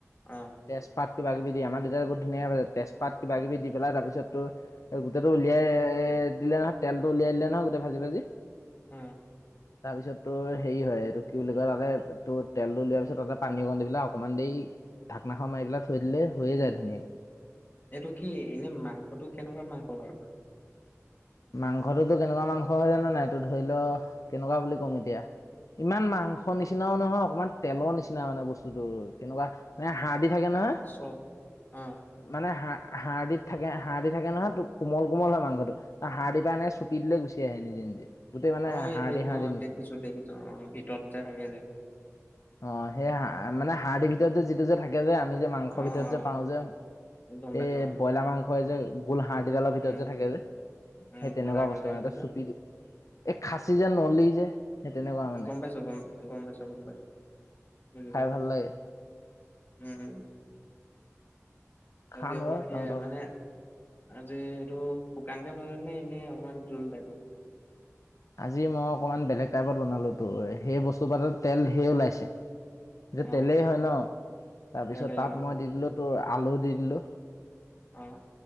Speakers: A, on the left; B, on the left.
A: অ,
B: তেজপাত কিবা কিবি দি আমাৰ দেউতাই বহুত ধুনীয়া হৈ হৈছে তেজপাত কিবাকিবি দি পেলাই তাৰপিছতো গোটেইটো উলিয়াই দিলে নহয় তেলতো উলিয়াই দিলে নহয় গোটেই ভাজি ভাজি
A: উম।
B: তাৰ পিছতো হেৰি হয় এইটো কিয় লিব? কা তাতে তোৰ তেলটো দলিয়াৰ পিছত তাতে পানী অকণ দি পেলাই অকণমান দেৰি ধাকনাখনৰ মাৰিবিলাই থৈ দিলে হৈ য়ায় ধুনীয়াকে
A: এইটো কি এনেই মাংসটো কেনেকুৱা মাংস হয়?
B: মাংসটোতো কেনেকুৱা মাংস হয় জানো নাই তো ধৰি ল কেনেকুৱা বুলি ক'ম এতিয়া ইমান মাংস নিচিনাও নহয় অকণমান তেলৰ নিচিনা মানে বস্তুটো তেনেকুৱা মানে হাড় দি থাকে নহয়।
A: চ উম
B: মানে হ হাড় দিত থাকে নহয় হাঁড় দি থাকে নহয় ত কোমল কোমল হয় মাংসটো। ত হাড়দিবা নে চুপি দিলে গুচি আহে নিজে নিজে। গোটেই মানে
A: অ
B: হাড়দি
A: সেইটো
B: হাড়দি
A: অ
B: নিচিনা
A: দেখিছোঁ দেখিছোঁ অ ভিতৰত যে থাকে যে-
B: অ সেই হ মানে হাড় দিৰ ভিতৰত যে যিটো যে থাকে যে আমি যে মাংসৰ
A: অ'।
B: ভিতৰত যে পাওঁ যে
A: অ', গম পাইছো
B: এ
A: অ',
B: ব্ৰইলাৰ মাংস হয় যে গোল হাড় দিডালত ভিতৰত
A: উম,
B: যে থাকে যে সেই
A: উম, কোলাকে
B: তেনেকুৱা বস্তু
A: যে
B: মানে
A: সেইটো যে
B: চুপি এই খাছী যে নলি যে সেই তেনেকুৱা মানে
A: গম পাইছোঁ গম গম পাইছোঁ গম পাইছোঁ বুজি
B: খাই
A: পাইছোঁ।
B: ভাল লাগে
A: উম
B: খাম
A: আৰু অকল
B: ৰ
A: সেয়াই
B: তহঁতৰ
A: মানে
B: ঘৰত।
A: আজি এইটো শুকানকে বনাম নে এনেই অকমান জোল টাইপত
B: আজি মই অকমান বেলেগ টাইপত বনালো তো সেই বস্তু পাতত তেল ঢেই ওলাইছে। এটো
A: অ',
B: তেলেই হয় ন তাৰপিছত
A: তেল দিয়া
B: তাত মই দি দিলো তোৰ আলু দি দিলো।
A: অঁ-